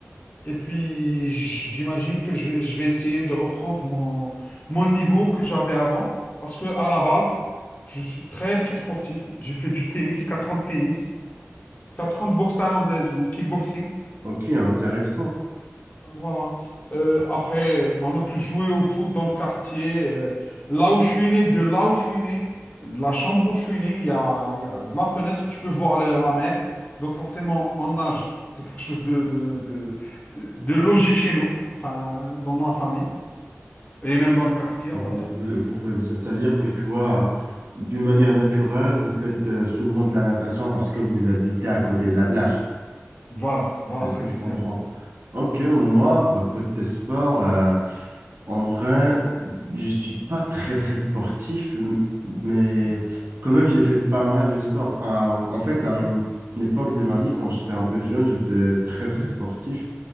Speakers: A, on the left; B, on the right.
A: Et puis, j'imagine que je, vais- je vais essayer de reprendre mon, mon niveau que j'avais avant. Parce que à la base, je suis très, très sportif. J'ai fait du tennis, 4 ans de tennis, 4 ans de boxe thaïlandaise ou kickboxing.
B: Ok, intéressant.
A: Voilà. Euh, après, on a tous joué au foot dans le quartier. euh, là où je suis né, de là où je suis né, de la chambre où je suis né, il y a, il y a de la fenêtre, tu peux voir le- la mer. Donc forcément, on nage. C'est quelque chose de, de, de, de logique chez nous, enfin, dans la famille, et même dans le quartier,
B: Bah,
A: on va
B: Vous,
A: dire.
B: vous- vous faites- ça ça veut dire que tu vois, d'une manière naturelle, vous faites euh, souvent de la natation parce que vous habitez à
A: Voilà,
B: côté de la plage.
A: voilà, voilà,
B: C'est ce
A: précisément.
B: que je comprends. Ok, moi,
A: Euh,
B: bah, côté sport, euh, en vrai, je suis pas très très sportif, m- mais
A: ok,
B: quand même, j'ai fait pas mal de sport. À- En fait, à
A: mhm,
B: une, une époque de ma vie, quand j'étais un peu jeune, j'étais très très
A: mhm,
B: sportif.